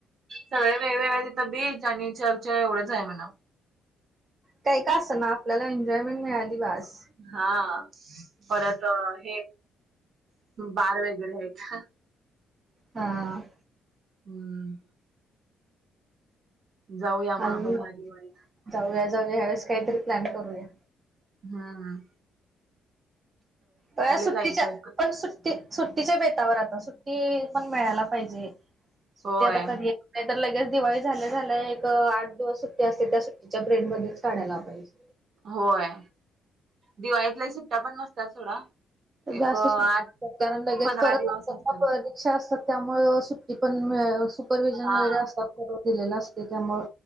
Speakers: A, on the right; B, on the right.
A: सगळे वेगवेगळे तिथं बीज आणि चर्चा एवढंच आहे म्हणा.
B: काय का असं ना आपल्याला एन्जॉयमेंट मिळाली बास.
A: हा परत हे बार वगैरे आहेत.
B: हा.
A: हम्म. जाऊया मग
B: अजून
A: आपण ह्या दिवाळीत.
B: जाऊया जाऊया यावेळेस काहीतरी प्लॅन करूया.
A: हां.
B: तेव्हा सुट्टीच्या
A: जायचं एकत्र.
B: पण सुट्टी सुट्टीच्या बेतावर आता सुट्टी पण मिळायला पाहिजे सुट्टी
A: होय
B: आता कधी नाही तर लगेच दिवाळी झाल्या झाल्या एक आठ दिवस सुट्टी असते त्या सुट्टीच्या पिरेडमध्येच काढायला. पाहिस
A: होय दिवाळीत लय सुट्टया पण नसतात सोडा. एक
B: जास्त
A: आठ
B: सु <inaudible> कारण लगेच
A: पंधरा
B: परत
A: दिवस असतात
B: आपण <inaudible> सासत्या त्यामुळं सुट्टी पण मय सुपरविहजन
A: हा
B: वगैरे <unintelligible> दिलेलं असते त्यामुळे